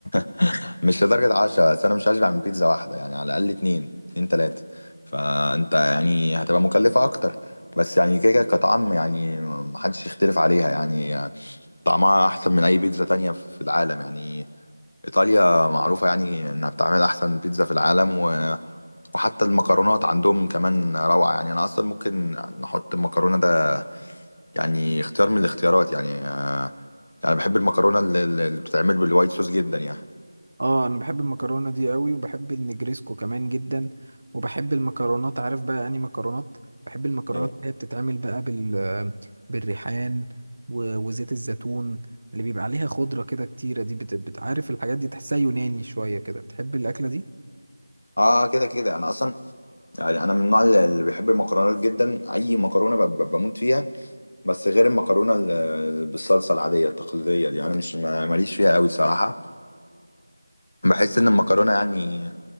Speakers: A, on the left (about 55°); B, on the right (about 50°).
A: <laughs> مش لدرجه 10 بس انا مش هشبع من بيتزا واحده يعني على الاقل اتنين اتنين تلاته فانت يعني هتبقى مكلفه اكتر بس يعني كده كده كطعم يعني محدش يختلف عليها يعني طعمها احسن من اي بيتزا تانية في العالم يعني ايطاليا معروفة يعني انها بتعمل احسن بيتزا في العالم و... وحتى المكرونات عندهم كمان روعة يعني انا اصلا ممكن نحط المكرونة ده يعني اختيار من الاختيارات يعني آه، يعني بحب المكرونة اللي, اللي بتتعمل بالوايت صوص جدا يعني
B: اه انا بحب المكرونه دي قوي وبحب النجريسكو كمان جدا وبحب المكرونات عارف بقى اني مكرونات بحب المكرونات
A: إيه.
B: اللي هي بتتعمل بقى بال بالريحان و- وزيت الزيتون اللي بيبقى عليها خضره كده كتيره دي بت... بت- عارف الحاجات دي تحسها يوناني شويه كده بتحب الاكله دي
A: اه كده كده انا اصلا يعني انا من النوع اللي اللي بيحب المكرونات جدا اي مكرونه ب- ب- بموت فيها بس غير المكرونه ال- ال- بالصلصه العاديه التقليديه دي انا مش ما- ماليش فيها قوي صراحه بحس ان المكرونه يعني